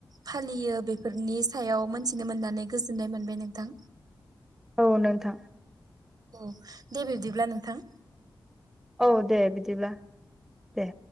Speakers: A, on the right (about 55°); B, in the centre.
A: फालियो बेफोरनि सायाव मोन्थिनो मोननानै गोजोननाय मोनबाय नोंथां।
B: औ नोंथां।
A: औ दे बिबदिब्ला नोंथां।
B: औ दे बिदिब्ला दे।